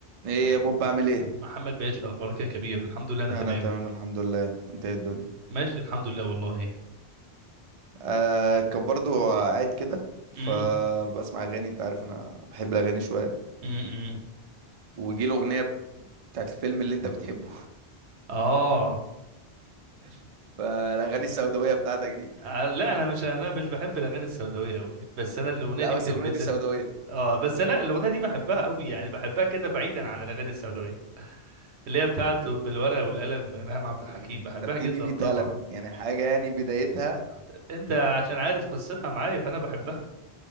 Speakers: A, on the right; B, on the right.
A: ايه
B: مح-
A: يا بوب عامل ايه
B: محمد باشا اخبارك يا كبير الحمد لله انا
A: انا
B: تمام
A: تمام الحمد لله انت ايه الدنيا
B: ماشي الحمد لله والله
A: آه كان برضو قاعد كده
B: امم
A: فبسمع اغاني انت عارف انا بحب الاغاني شويه
B: امم
A: وجي الاغنيه بتاعت الفيلم اللي انت بتحبه
B: اه
A: <laughs> فالاغاني السوداويه بتاعتك دي
B: آه، لا انا مش انا مش بحب الاغاني السوداويه قوي بس انا الاغنيه
A: لا
B: دي
A: بس
B: بتلبسني
A: الاغنيه دي سوداويه
B: اه بس انا الاغنيه دي بحبها قوي يعني بحبها كده بعيدا عن الاغاني السوداويه اللي هي بتاعته بالورقه والقلم ريهام عبد الحكيم
A: امم
B: بحبها
A: خدتني
B: جدا
A: 100
B: طبعا
A: قلم يعني حاجه يعني بدايتها
B: انت عشان عارف قصتها معايا فانا بحبها